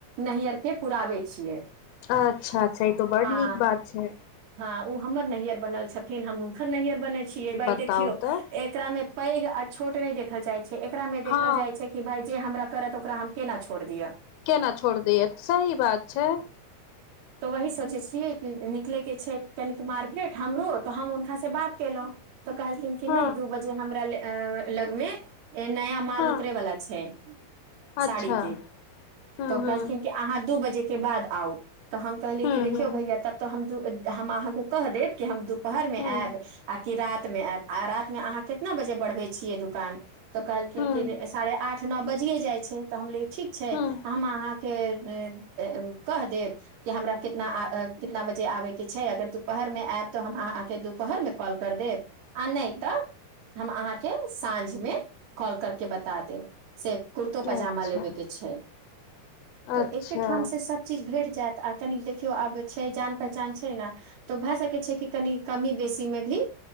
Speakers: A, on the right; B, on the left.
A: नैहरके पुराबे छियै
B: अच्छा अच्छा ई तो बड
A: हँ
B: नीक बात छै
A: हँ ओ हमर नैहर बनल छथिन हम हुनकर नैहर बनै छयै भइ
B: बताउ
A: देखिय
B: तऽ
A: एकरा मे पैघ आ छोट नहि देखल जाइ छै एकरा मे देखल
B: हँ
A: जाय छै कि भाई जे हमर करत ओकरा हम केना छोड़ दिय
B: केना छोड़ दिय सही बात छै
A: तो वही सोचै छियै कि निकलै छै कनि मार्केट हमरो तऽ हम हुनका से बात केलहुँ तऽ कहलखिन कि
B: हँ
A: नहि दू बजे हमरा ले अं लगमे नया माल
B: हँ
A: उतरे वाला छै
B: अच्छा
A: साड़ीेके
B: हूँ
A: तऽ
B: हूँ
A: कहलखिन कि अहाँ दू बजे के बाद आओ त हम कहलिए
B: हूँ
A: कि देखियौ
B: हूँ
A: भैया तब त हम दु बजे हम अहां स कहि देव कि हम दु दुपहरमे
B: हूँ
A: आयब आ कि राति मे आयब आ रातिमे अहाँ कितना बजे बढ़बै छियै दुकान तऽ कहलखिन
B: हूँ
A: कि साढ़े आठ नौ बजियए जाइ छै तऽ हमले ठीक छै
B: हूँ
A: हम अहाँ कि जे कह देव कि हमरा कितना आ कितना बजे आबे छै अगर दुपहर मे आयब तऽ हम अहाँके दुपहरमे कॉल करि देब आ नहि तऽ हम अहाँके साँझमे कॉल करिके बता देब से कुर्तो पैजामा
B: अच्छा
A: लेबेके छै तऽ
B: अच्छा
A: एकेठामसं सभ चीज भेट जायत आ तनि देखियौ आब छै जान पहचान छै ने तऽ भए सकै छै कि कनि कमी बेसी मे भी